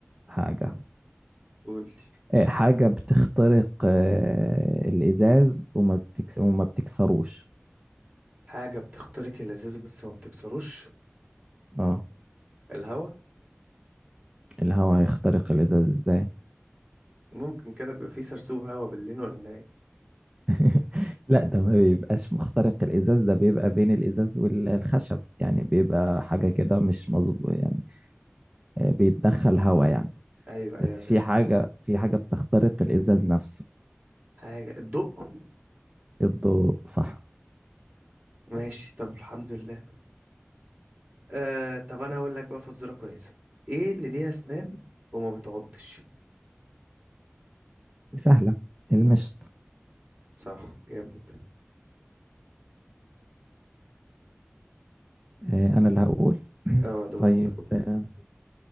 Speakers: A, on the right; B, on the right.
A: حاجة
B: قول
A: آه، حاجة بتخترق آه، الإزاز وما بتكس وما بتكسروش
B: حاجة بتخترق اللذاذة بس ما بتكسروش
A: اه
B: الهوا
A: الهواء هيخترق الإزاز إزاي؟
B: ممكن كده بيبقى فيه سرسوب هوا بالليل ولا النهار
A: <laughs> لا ده ما بيبقاش مخترق الإزاز ده بيبقى بين الإزاز والخشب يعني بيبقى حاجة كده مش مظبوط يعني آه، بيتدخل هواء يعني
B: أيوة أيوة
A: بس
B: فاهم
A: في حاجة في حاجة بتخترق الإزاز نفسه
B: حاجة الضوء
A: الضوء صح
B: ماشي طب الحمد لله آه طب أنا هقول لك بقى فزورة كويسة إيه اللي ليها أسنان وما بتعضش
A: سهلة المشط
B: صح جامد
A: آه، أنا اللي هقول <clears throat>
B: أه دورك
A: طيب آه،